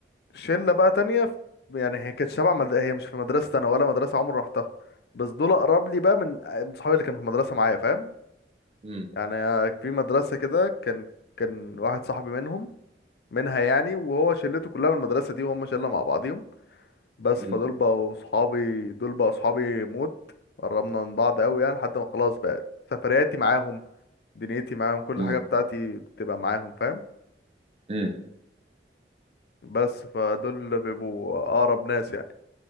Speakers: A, on the left; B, on the right.
A: شله بقى تانية في- يعني هي كانت شبه مد... هي مش في مدرسه انا ولا مدرسه عمري رحتها بس دول اقرب لي بقى من من صحابي اللي كانوا في المدرسه معايا فاهم
B: امم
A: يعني آه، في مدرسه كده كان كان واحد صاحبي منهم منها يعني وهو شلته كلها من المدرسه دي وهم شله مع بعضيهم بس
B: امم
A: فدول بقوا صحابي دول بقوا صحابي موت قربنا من بعض قوي يعني لحد ما خلاص بقى سفرياتي معاهم دنيتي معاهم كل
B: امم
A: حاجه بتاعتي بتبقى معاهم فاهم
B: امم
A: بس فدول بيبقوا اقرب ناس يعني